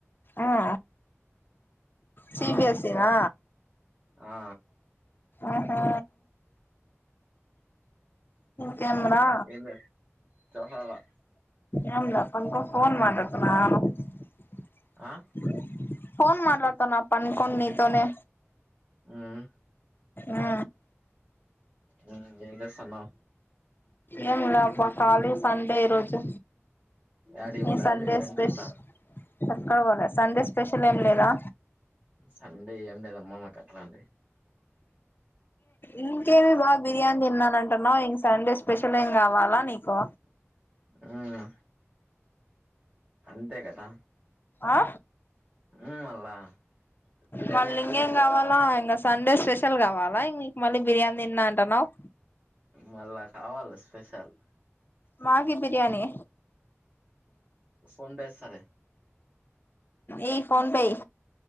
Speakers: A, on the left (about 45°); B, on the right (about 25°).
A: ఆ సిబిఎస్సీనా
B: ఆ ఆ
A: ఆహా కేం రా
B: ఏం లే చెప్పాలా
A: ఏంముంది అక్కో ఫోన్ మాట్లాడుతున్నాను ఫోన్
B: ఆ
A: ఫోన్ మాట్లాడుతున్న పండుకొని నీతోనే
B: ఉమ్
A: ఆ
B: మ్ ఏం చేస్తన్నావ్
A: ఏంలే అబ్బ ఖాలీ సండే ఈరోజు
B: యాడికి
A: న
B: పోలేదా
A: సండే
B: మీ ఫ్రెండ్స్
A: స్పెష
B: అంతా
A: ఎక్కడ పోలే సండే స్పెషల్ ఏం లేదా
B: సండే ఏం లేదమ్మా మాకు అట్లాటివి
A: ఇంకేమి బాగా బిర్యానీ తిన్నాను అంటున్నావు ఇం సండే స్పెషల్ ఏం కావాలా నీకు
B: మ్ అంతే కదా
A: ఆ
B: ఉమ్ మళ్ళా బిర్యానీ
A: మళ్ళ
B: తిన్నాం
A: ఇంగెం కావాలా ఇంగ సండే స్పెషల్ కావాలా మీకు మళ్ళ బిర్యానీ తిన్నా అంటున్నవ్
B: మళ్ళా కావాల స్పెషల్
A: మాకీ బిర్యానీ
B: ఫోన్ పె చేస్తాలే
A: ఏయ్ ఫోన్ పే ఏయ్